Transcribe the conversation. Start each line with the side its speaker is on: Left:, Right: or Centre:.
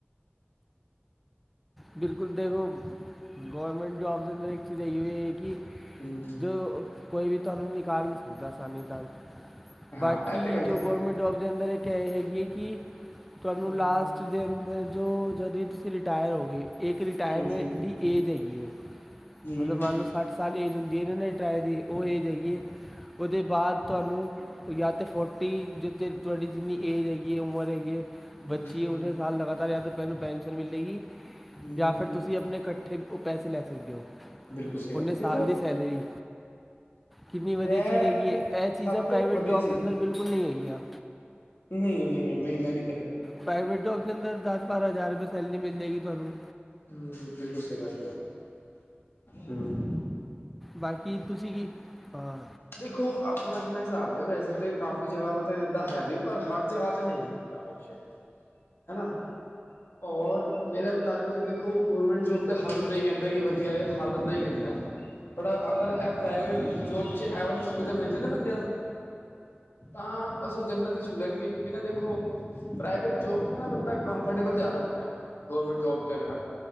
Centre: ਬਿਲਕੁਲ ਦੇਖੋ, ਗੌਰਮੈਂਟ ਜੋਬ ਦੇ ਅੰਦਰ ਇੱਕ ਚੀਜ ਏ ਐਏ ਕਿ
Left: ਹੂੰ
Centre: ਜੋ ਕੋਈ ਵੀ ਤੁਆਨੂੰ ਨਿਕਾਲ ਨੀਂ ਸਕਦਾ ਆਸਾਨੀ ਨਾਲ।
Left: ਹਾਂ
Centre: ਬਾਕੀ
Left: ਇਹ ਤੇ ਗੱਲ
Centre: ਜੋ
Left: ਹੈ
Centre: ਗੌਰਮੈਂਟ ਜੋਬ ਦੇ ਅੰਦਰ ਐ ਹੈ ਕਿ ਤੁਆਨੂੰ
Left: ਹਮ
Centre: ਲਾਸਟ ਦੇ ਅੰਦਰ ਜੋ ਜਦੋਂ ਤੁਸੀਂ ਰਿਟਾਇਰ ਹੋ ਗਏ, ਏਕ ਰਿਟਾਇਰਮੈਂਟ
Left: ਹਾਂਜੀ
Centre: ਦੀ ਏਜ ਹੈਗੀ ਏ
Left: ਹਮ
Centre: ਮਤਲਬ ਮੰਨ ਲਓ ਸੱਠ ਸਾਲ ਏਜ ਹੁੰਦੀ ਏ ਨਾ ਟਰਾਏ ਦੀ,
Left: ਹਮ
Centre: ਓ ਏਜ ਹੈਗੀ ਏ। ਓਦੇ ਬਾਅਦ ਤੁਆਨੂੰ ਯਾਂ ਤੇ ਫੋਰਟੀ ਜ ਤੁਆਡੀ ਜਿੰਨੀ ਏਜ ਹੈਗੀ ਏ ਉਮਰ ਹੈਗੀ ਏ
Left: ਹਮ
Centre: ਬੱਚੀ ਓਨੇ ਸਾਲ ਲਗਾਤਾਰ ਏ ਪੈਨਸ਼ਨ ਮਿਲੇਗੀ
Left: ਹਮ
Centre: ਯਾਂ ਫੇਰ ਤੁਸੀਂ ਅਪਨੇ ਕੱਠੇ ਓ ਪੈਸੇ ਲੈ ਸਕਦੇਓ।
Left: ਬਿਲਕੁਲ ਸਹੀ
Centre: ਓਨੇ
Left: ਗੱਲ
Centre: ਸਾਲ
Left: ਦੇਖੋ
Centre: ਦੀ ਸੈਲਰੀ ਕਿੰਨੀ ਵਧੀਆ
Left: ਇਹ
Centre: ਚੀਜ ਹੈਗੀਏ। ਐ ਚੀਜ਼ਾਂ
Left: ਸਭ ਤੋਂ
Centre: ਪ੍ਰਾਈਵੇਟ
Left: ਵਧੀਆ
Centre: ਜੋਬ ਦੇ ਅੰਦਰ ਬਿਲਕੁਲ ਨੀਂ ਹੈਗੀਆਂ।
Left: ਨਈਂ, ਨਈਂ-ਨਈਂ, ਮੈਂ ਨੀ
Centre: ਪ੍ਰਾਈਵੇਟ ਜੋਬ ਦੇ ਅੰਦਰ ਦਸ-ਬਾਰਾਂ ਹਜ਼ਾਰ ਰੁਪਏ ਸੈਲਰੀ ਮਿਲ ਜਾਏਗੀ ਤੁਆਨੂੰ
Left: ਹੂੰ, ਬਿਲਕੁਲ ਸਈ ਗੱਲ, ਹੂੰ।
Centre: ਬਾਕੀ ਤੁਸੀਂ ਕੀ, ਹਾਂ
Left: ਦੇਖੋ ਅਪਨਾ-ਅਪਨਾ ਹਿਸਾਬ ਏ ਵੈਸੇ ਤਾਂ ਕਾਫੀ ਜਗ੍ਹਾਵਾ ਤਾਂ ਇੱਦਾਂ ਹੈ ਵੀ ਪਰ ਹਰ ਜਗ੍ਹਾ ਤੇ ਨਈਂ। ਜਿਦਾਂ ਔਫਸ਼ਨ, ਹਨਾ। ਔਰ ਮੇਰੇ ਮੁਤਾਬਿਕ ਤਾਂ ਦੇਖੋ ਗੌਰਮੈਂਟ ਜੋਬ ਤਾਂ ਹਰ ਬੰਦਾ ਹੀ ਕੈਂਦਾ ਕਿ ਵਧੀਐ। ਹਰ ਬੰਦਾ ਈਂ ਕੈਂਦਾ ਪਰ, ਅਗਰ ਐ ਪ੍ਰਾਈਵੇਟ ਜੋਬ ਜੇ ਐ ਵਾਲੀ ਸੁਵਿਧਾ ਮਿਲ ਜਾਣ ਨਾਂ ਬੰਦਿਆਂ ਨੂੰ। ਤਾਂ ਬਸ, ਜੰਨਤ ਈ ਛੂਹ ਲੈਣਗੇ ਕਿਉਂਕਿ ਨਾ ਦੇਖੋ ਪ੍ਰਾਈਵੇਟ ਜੋਬ ਤੇ ਨਾ ਬੰਦਾ ਕੰਫਰਟੇਬਲ ਜਾਦਾ ਹੁੰਦੈ, ਗੌਰਰਮੈਂਟ ਜੋਬ ਤੇ ਨਾਲ